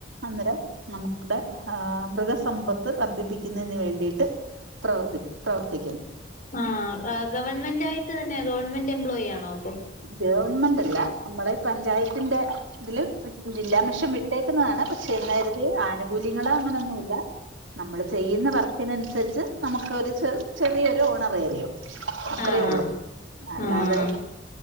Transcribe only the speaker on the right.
അന്നേരം നമ്മുടെ മൃഗസമ്പത്ത് വർദ്ധിപ്പിക്കുന്നതിന് വേണ്ടിയിട്ട് പ്രവർത്തി പ്രവർത്തി
ഗവൺമെന്റ് അല്ല നമ്മളെ ഈ പഞ്ചായത്തിന്റെ ഇതില് ജില്ലാം മെഷം വിട്ടേക്കുന്നതാണ് പക്ഷെ എന്ന് കരുതി ആനുകൂല്യങ്ങൾ അങ്ങനൊന്നുംല്ല്യ നമ്മള് ചെയ്യുന്ന വർക്കിനനുസരിച്ച് നമുക്കൊരു ചെ ചെറിയൊരു ഓണറേറിയം അത്രയേയുള്ളു
അല്ലാതെ